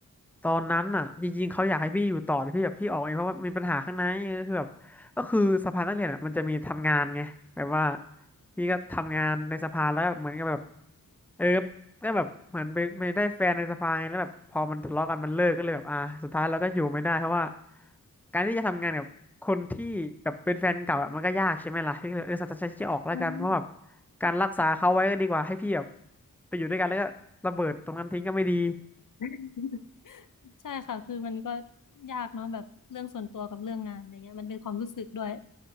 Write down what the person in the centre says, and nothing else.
ตอนนั้นอ่ะจริงๆเขาอยากให้พี่อยู่ต่อแต่พี่แบบพี่ออกเองเพราะว่ามีปัญหาข้างในเออคือแบบก็คือสภานักเรียนอ่ะมันจะมีทำงานไงแบบว่าพี่ก็ทำงานในสภาแล้วเหมือนกับแบบเออก็แบบเหมือนไปไปได้แฟนในสภาไงแล้วแบบพอมันทะเลาะกันมันเลิกก็เลยแบบอ่าสุดท้ายเราก็อยู่ไม่ได้เพราะว่าการที่จะทำงานกับคนที่แบบเป็นแฟนเก่าอะมันก็ยากใช่ไหมล่ะพี่ก็เลยเออสัตยนใจที่จะออกแล้วกันเพราะแบบ
การรักษาเขาไว้ก็ดีกว่าให้พี่แบบไปอยู่ด้วยกันแล้วก็ระเบิดตรงนั้นทิ้งก็ไม่ดี